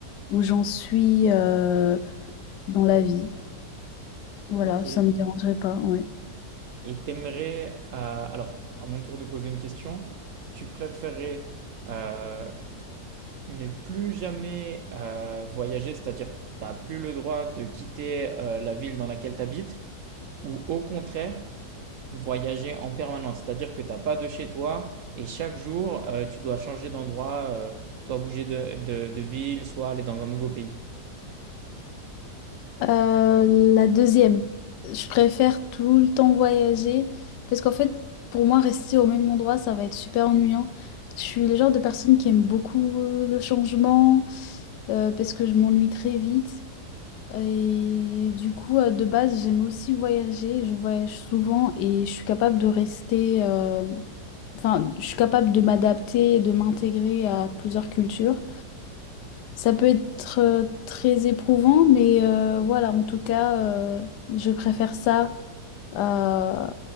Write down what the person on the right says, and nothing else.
Ok.
Et t'aimerais, euh, alors, à mon tour de poser une question, tu préférais euh, Ne plus jamais euh, voyager, c'est-à-dire t'as plus le droit de quitter euh, la ville dans laquelle t'habites, ou au contraire, voyager en permanence, c'est-à-dire que t'as pas de chez toi et chaque jour euh, tu dois changer d'endroit, euh, soit bouger de, de de ville, soit aller dans un nouveau pays.